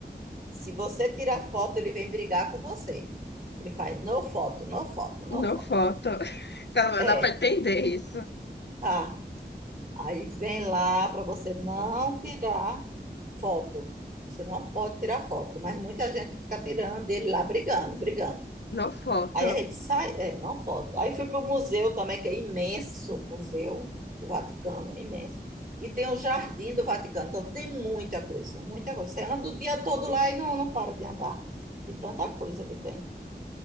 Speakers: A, on the right; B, on the left.
A: Se você tirar foto, ele vem brigar com você. Ele faz, no foto, no foto, no
B: No
A: foto.
B: foto. Pelo menos
A: É,
B: dá pra entender isso.
A: tá. Aí vem lá para você não tirar foto. Você não pode tirar foto, mas muita gente fica tirando ele lá brigando, brigando.
B: No foto.
A: Aí a gente sai, é, não foto. Aí fui para o museu também, que é imenso, o Museu do Vaticano, imenso. E tem o Jardim do Vaticano, então tem muita coisa, muita coisa. Você anda o dia todo lá e não, não para de andar, de tanta coisa que tem.